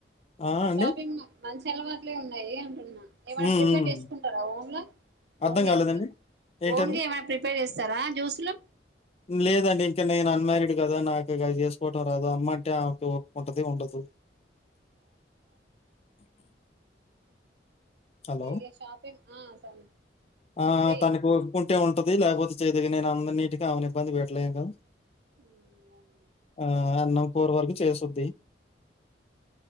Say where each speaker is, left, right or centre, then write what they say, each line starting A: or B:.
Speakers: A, on the left (about 35°); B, on the right (about 70°).
A: ఆ! అండి.
B: షాపింగ్ మంచి తెలవాట్లే ఉన్నాయి అంటున్నా ఏమైనా
A: హ్మ్.
B: ప్రిపేర్
A: హ్మ్.
B: చేసుకుంటారా ఓన్ల <unintelligible>
A: అర్థం కాలేదండి. ఏంటండి?
B: ఓన్గా ఏమైనా ప్రిపేర్ చేస్ సరా జూస్లు
A: లేదండి ఇంక నేను అన్మారీడ్ గదా నాకు ఇక చేసుకోవటం రాదు, అమ్మంటే ఆమెకి ఓపికుంటది ఉండదు.
B: ఓకే
A: హలో
B: ఇగ షాపింగ్ ఆ సం
A: ఆ
B: శ్రీ
A: తనకు ఓపిక ఉంటే ఉన్ ఉంటది లేకపో చేయదిగనే అన్నినీటికి అవని ఇబ్బంది పెట్లేదు
B: అవునా
A: ఆ అన్నం కూర వరకు చేసుంది